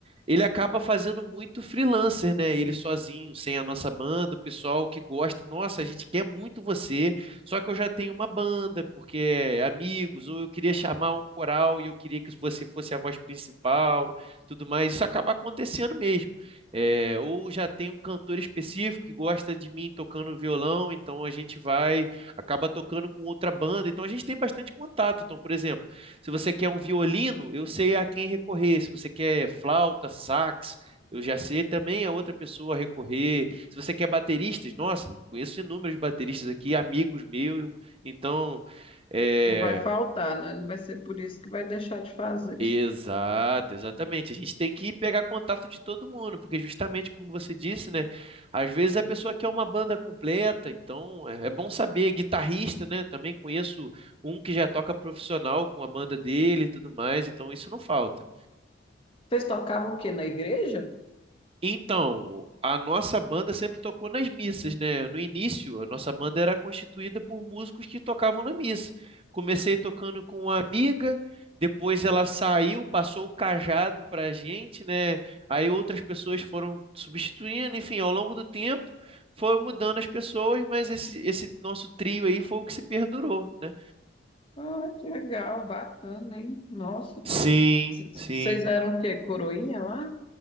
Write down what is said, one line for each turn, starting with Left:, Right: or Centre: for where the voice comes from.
Right: ele acaba fazendo muito freelancer, né? Ele sozinho, sem a nossa banda, o pessoal que gosta, nossa, a gente quer muito você, só que eu já tenho uma banda, porque é amigos, ou eu queria chamar um coral e eu queria que você fosse a voz principal, tudo mais. Isso acaba acontecendo mesmo. É, ou já tem um cantor específico que gosta de mim tocando violão, então a gente vai acaba tocando com outra banda, então a gente tem bastante contato. Então, por exemplo, se você quer um violino, eu sei a quem recorrer. Se você quer flauta, sax, eu já sei também a outra pessoa a recorrer. Se você quer bateristas, nossa, conheço inúmeros bateristas aqui, amigos meus. Então, é,
Left: Não vai faltar, né? Não vai ser por isso que vai deixar de fazer.
Right: Exato, exatamente. A gente tem que ir pegar contato de todo mundo, porque justamente como você disse, né? Às vezes a pessoa quer uma banda completa, então é é bom saber. Guitarrista, né? Também conheço um que já toca profissional com a banda dele e tudo mais, então isso não falta.
Left: Vocês tocavam o quê? Na igreja?
Right: Então, a nossa banda sempre tocou nas missas, né? No início, a nossa banda era constituída por músicos que tocavam na missa. Comecei tocando com uma amiga, depois ela saiu, passou o cajado para a gente, né? Aí outras pessoas foram substituindo, enfim, ao longo do tempo foi mudando as pessoas, mas esse, esse nosso trio aí foi o que se perdurou, né?
Left: Ah, que legal, bacana, hein? Nossa,
Right: Sim,
Left: c-
Right: sim.
Left: vocês eram o quê? Coroinha lá?